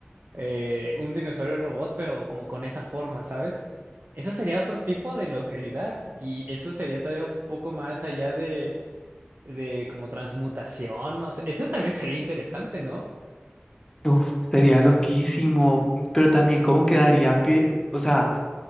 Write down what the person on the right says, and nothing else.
Eh, un dinosaurio robot, pero como con esa forma, ¿sabes? Eso sería otro tipo de longevidad y eso sería todavía un poco más allá de, de como transmutación, no sé. Eso también sería interesante, ¿no?